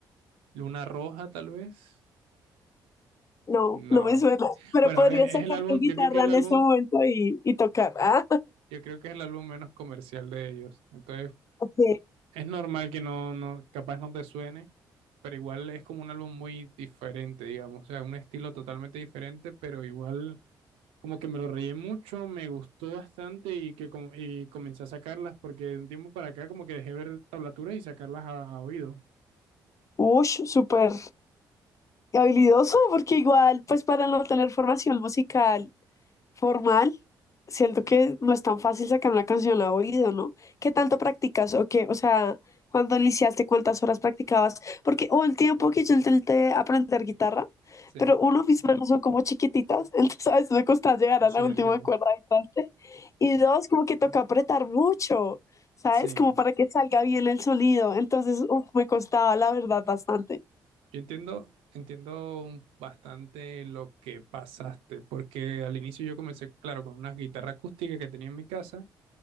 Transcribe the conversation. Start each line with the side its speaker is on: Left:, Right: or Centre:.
Right: Luna Roja tal vez.
Left: No,
Right: No.
Left: no me suena, pero
Right: Bueno,
Left: podrías
Right: es,
Left: sacar
Right: es el álbum,
Left: tu guitarra
Right: yo creo que el
Left: en
Right: álbum,
Left: este momento y, y tocar. Ah,
Right: yo creo que es el álbum menos comercial de ellos. Entonces,
Left: ok.
Right: es normal que no, no, capaz no te suene, pero igual es como un álbum muy diferente, digamos. O sea, un estilo totalmente diferente, pero igual como que me lo reí mucho, me gustó bastante y que com- y comencé a sacarlas porque de un tiempo para acá como que dejé ver tablaturas y sacarlas a, a oído.
Left: Ush, súper habilidoso, porque igual, pues para no tener formación musical, formal, siento que no es tan fácil sacar una canción a oído, ¿no? ¿Qué tanto practicas o qué? O sea, cuando iniciaste, cuántas horas practicabas? Porque hubo el tiempo que yo intenté aprender guitarra,
Right: Sí,
Left: pero uno, mis manos son como chiquititas, <laughs> entonces a veces me costaba llegar a
Right: sí,
Left: la última
Right: entiendo.
Left: cuerda del traste. Y dos, como que toca apretar mucho, ¿sabes?
Right: Sí,
Left: Como para que salga bien el sonido. Entonces, uf, me costaba, la verdad, bastante.
Right: yo entiendo, entiendo un- bastante lo que pasaste, porque al inicio yo comencé, claro, con una guitarra acústica que tenía en mi casa